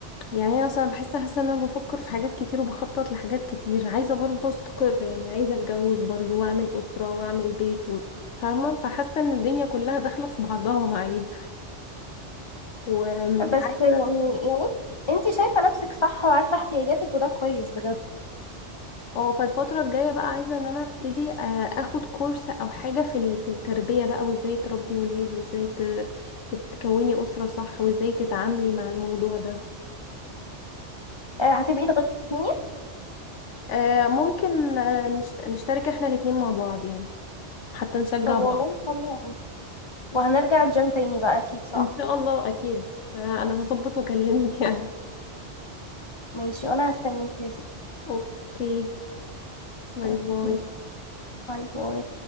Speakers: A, on the left; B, on the left.
A: يعني انا اصلا بحس حاسه ان انا بفكر في حاجات كتير وبخطط لحاجات كتير عايزه برضه استقر يعني عايزه اتجوز برضه واعمل اسره واعمل بيت و... فاهمه فحاسه ان الدنيا كلها داخله في بعضها معايا وعايزه
B: بس يعني يعني انت شايفه نفسك صح وعارفه احتياجاتك وده كويس بجد
A: اه فالفتره الجايه بقى عايزه ان انا ابتدي آه، اخد كورس او حاجه في ال... في التربيه بقى وازاي تربي ولاد وازاي ت... تكوني اسره صح وازاي تتعاملي مع الموضوع ده
B: آه هتبقي تغششيني
A: آه، ممكن آه، نشت... نشترك احنا الاتنين مع بعض يعني حتى نشجع
B: طب
A: بعض
B: والله حلو وهنرجع الجيم تاني بقى أكيد صح؟
A: ان شاء الله اكيد فانا هظبط واكلمك يعني
B: ماشي وأنا هستناك يا ستي
A: اوكي باي
B: اوكي
A: باي
B: باي باي